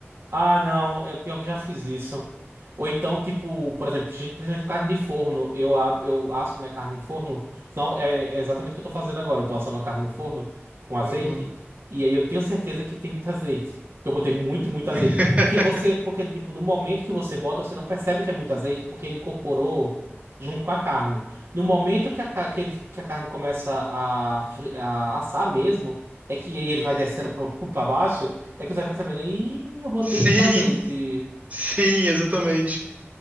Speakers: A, on the right; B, on the right.
A: Ah, não, é pior que eu já fiz isso. Ou então, tipo, por exemplo, gente, principalmente carne de forno, eu, ab- eu asso, né, carne no forno. Não, é, é exatamente o que eu tô fazendo agora. Eu tô assando a carne no forno com azeite,
B: Bobo.
A: e aí eu tenho certeza que tem muito azeite. Que eu botei muito, muito azeite.
B: <laughs>
A: Porque você, porque, tipo, no momento que você bota, você não percebe que é muito azeite, porque ele incorporou junto com a carne. No momento que a, ca- que eles- que a carne começa a, fri- a assar mesmo, é que aí ele vai descendo para <laughs> baixo. É que você vai percebendo, ih, eu botei
B: Sim,
A: muito azeite.
B: sim, exatamente.